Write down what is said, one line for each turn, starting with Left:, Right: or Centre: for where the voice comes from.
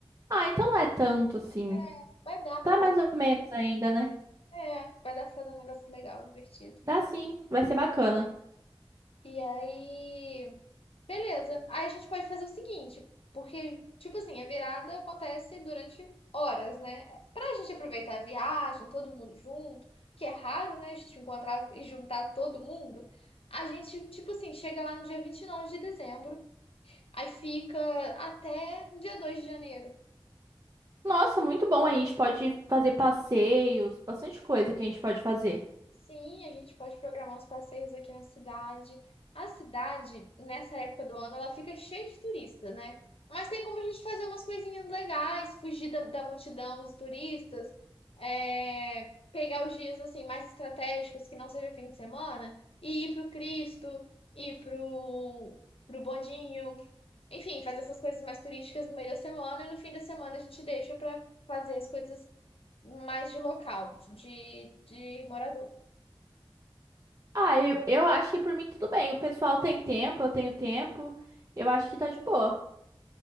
Right: Ah, então não é tanto, assim.
Left: É, vai dar
Right: Tá
Left: pra fazer.
Right: mais ou menos ainda, né?
Left: É, vai dar pra fazer um negócio legal, divertido.
Right: Dá sim, vai ser bacana.
Left: E aí. Beleza. Aí a gente pode fazer o seguinte, porque, tipo assim, a virada acontece durante horas, né? Pra gente aproveitar a viagem, todo mundo junto, que é raro, né? A gente encontrar e juntar todo mundo. A gente, tipo assim, chega lá no dia 29 de dezembro, aí fica até dia 2 de janeiro.
Right: Nossa, muito bom. A gente pode fazer passeios, bastante coisa que a gente pode fazer.
Left: Sim, a gente pode programar uns passeios aqui na cidade. A cidade, nessa época do ano, ela fica cheia de turista, né? Mas tem como a gente fazer umas coisinhas legais, fugir da, da multidão dos turistas, é, pegar os dias assim mais estratégicos, que não seja fim de semana, e ir pro Cristo, ir pro, pro Bondinho. Enfim, fazer essas coisas mais turísticas no meio da semana e no fim da semana a gente deixa para fazer as coisas mais de local, de, de morador.
Right: Ah, eu, eu acho que por mim tudo bem. O pessoal tem tempo, eu tenho tempo. Eu acho que tá de boa.